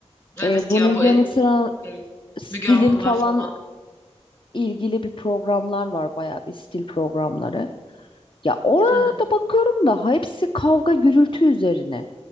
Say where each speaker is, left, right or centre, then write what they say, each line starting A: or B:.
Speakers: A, on the left (about 30°); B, on the left (about 50°).
A: Evet
B: Ee, bunun
A: ya
B: yanı
A: bu e-
B: sıra
A: şey,
B: stilin
A: Müge Anlılar
B: falan
A: falan.
B: ilgili bir programlar var bayağı bir stil programları. Ya orada
A: Hmm.
B: bakıyorum da hepsi kavga gürültü üzerine.